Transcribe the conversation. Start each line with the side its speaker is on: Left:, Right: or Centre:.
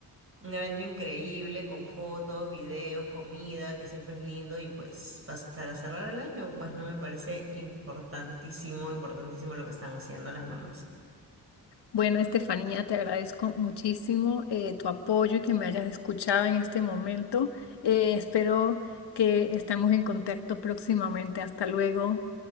Right: un evento increíble con fotos, videos, comida, que siempre es lindo. Y pues pas- para cerrar el año, pues no me parece importantísimo, importantísimo lo que están haciendo las mamás.
Left: Bueno, Estefanía, te agradezco muchísimo eh, tu apoyo y que me hayas escuchado en este momento. Eh, espero que estemos en contacto próximamente. Hasta luego.